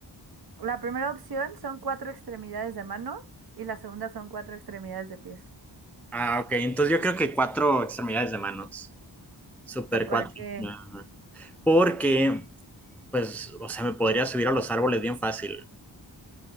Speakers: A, on the right; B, in the centre.
A: La primera opción son cuatro extremidades de manos y la segunda son cuatro extremidades de pies.
B: Ah, ok, entonces yo creo que cuatro extremidades de manos. Super
A: Porque,
B: cuatro. Ajá. Porque, pues, o sea, me podría subir a los árboles bien fácil.